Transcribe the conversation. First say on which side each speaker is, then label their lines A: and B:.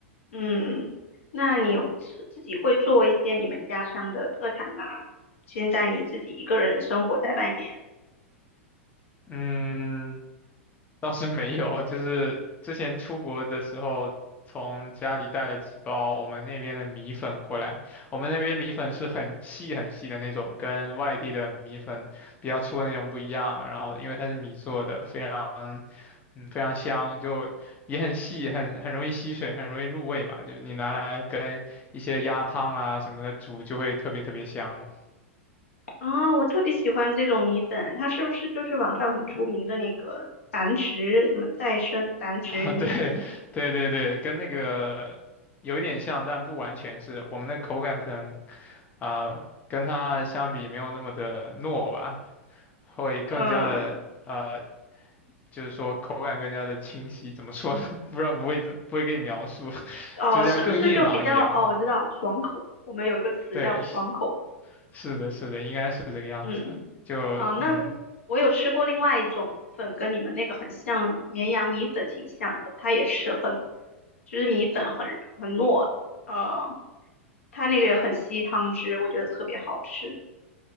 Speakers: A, on the left (about 75°); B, on the left (about 20°).
A: 嗯，那你有自己会做一些你们家乡的特产吗？现在你自己一个人生活在外面
B: 嗯，倒是没有，就是之前出国的时候，从家里带了几包我们那边的米粉过来。我们那边米粉是很细很细的那种，跟外地的米粉比较粗的那种不一样。然后因为它是米做的，非常嗯非常香，就也很细，很很容易吸水，很容易入味嘛。就你拿来跟一些鸭汤啊什么的煮，就会特别特别香。<laughs>
A: 啊，我特别喜欢这种米粉，它是不是就是网上很出名的那个繁殖什么再生繁殖米粉？
B: 啊，对对对对，跟那个。有一点像，但不完全是。我们的口感可能啊、跟它相比没有那么的糯吧，会更加的呃，
A: 嗯，
B: 就是说口感更加的清晰。怎么说呢？<laughs> 不知道不会不会给你描述，
A: 哦，
B: 就是要更硬朗一点吧。
A: 是不是就比较哦？我知道，爽口，我们有一个词叫爽口。
B: 对，是是的，是的，应该是这个样子。
A: 嗯，
B: 就嗯，
A: 啊，那我有吃过另外一种粉，跟你们那个很像，绵阳米粉挺像的，它也是很，就是米粉很很糯，呃，它那个也很吸汤汁，我觉得特别好吃。